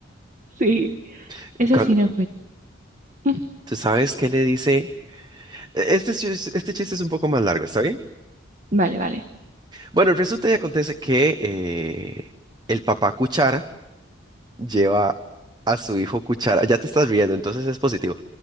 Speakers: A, on the right; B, on the right.
A: Sí,
B: <laughs>
A: ese
B: Cuan-
A: sí no fue. Mm,
B: ¿Tú sabes qué le dice? E-, Este, chis- este chiste es un poco más largo, ¿está bien?
A: Vale, vale.
B: Bueno, resulta y acontece que eh, el papá Cuchara lleva a su hijo Cuchara. Ya te estás riendo, entonces es positivo.